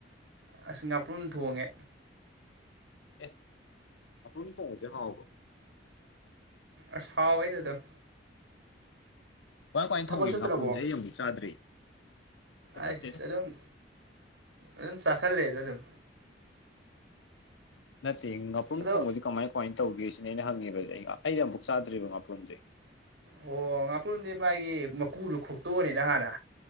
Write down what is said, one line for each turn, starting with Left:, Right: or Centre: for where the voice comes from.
Right: ꯑꯁ ꯉꯥꯄ꯭ꯔꯨꯝ ꯊꯣꯡꯉꯦ
Left: ꯑꯦ ꯉꯥꯄ꯭ꯔꯨꯝ ꯊꫭꯡꯕꯖꯦ ꯍꯥꯎꯕꯌꫭ
Right: ꯑꯁ ꯍꯥꯎꯋꯤꯗ ꯑꯗꯨꯝ
Left: ꯀꯃꯥꯏ ꯀꯃꯥꯏꯅ
Right: ꯊꯕꯛ
Left: ꯊꯣꯡꯒꯦ
Right: ꯆꯠꯇ꯭ꯔꯕꯣ
Left: ꯉꯥꯄ꯭ꯔꯨꯝꯁꯦ ꯑꯩ ꯑꯃꯨꯛ ꯆꯥꯗ꯭ꯔꯤ
Right: ꯑꯩꯁ
Left: ꯅꯠꯇꯦꯗ
Right: ꯑꯗꯨꯝ ꯑꯗꯨꯝ ꯆꯥꯁꯜꯂꯦꯗ ꯑꯗꯨꯝ
Left: ꯅꯠꯇꯦ ꯉꯥꯄ꯭ꯔꯨꯝ
Right: ꯑꯗꯣ
Left: ꯊꯣꯡꯕꯗꯤ ꯀꯃꯥꯏ ꯀꯃꯥꯏꯅ ꯇꯧꯒꯦ ꯁꯤꯅꯤ ꯑꯩꯅ ꯍꯪꯉꯤꯕꯁꯦ ꯑꯩ ꯑꯩꯩꯅ ꯑꯃꯨꯛ ꯆꯥꯗ꯭ꯔꯤꯕ ꯉꯥ꯭ꯄꯔꯨꯝꯖꯦ
Right: ꯑꯣ ꯉꯥꯄꯨ꯭ꯔꯝꯗꯤ ꯃꯥꯒꯤ ꯃꯀꯨꯗꫭ ꯈꫭꯛꯇꫭꯛ ꯑꯅꯤꯅ ꯍꯥꯟꯅ